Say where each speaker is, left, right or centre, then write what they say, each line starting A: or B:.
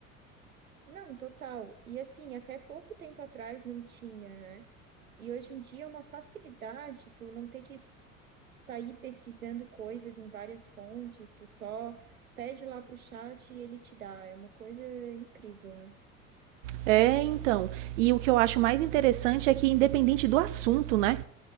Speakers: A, on the right; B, on the right.
A: Não, total. E assim, até pouco tempo atrás não tinha, né? E hoje em dia é uma facilidade tu não ter que sair pesquisando coisas em várias fontes, tu só pede lá pro chat e ele te dá. É uma coisa incrível, né?
B: É, então. E o que eu acho mais interessante é que, independente do assunto, né?